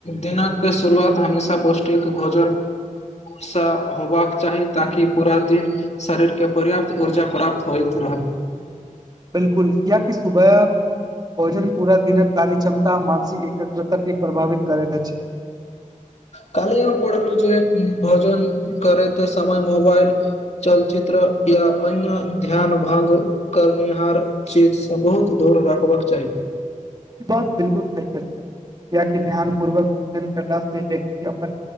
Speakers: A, on the left; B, on the right.
A: दिनक शुरुआत हमेशा पौष्टिक भोजन सँ होबाक चाही ताकि पूरा दिन शरीरके पर्याप्त ऊर्जा प्राप्त होइत रहय
B: बिलकुल किया कि सुबह भोजन पूरा दिनक कार्य क्षमता मानसिक एकाग्रता के प्रभावित करैत अछि
A: कालहि हम पढ़लु जे भोजन करैत समय मोबाइल चलचित्र या अन्य ध्यान भंग करनिहार चीज से बहुत दूर रखबाक चाही
B: ई बात बिलकुल सहि अछि किया कि ध्यान पूर्वक भोजन करला से व्यक्ति अपन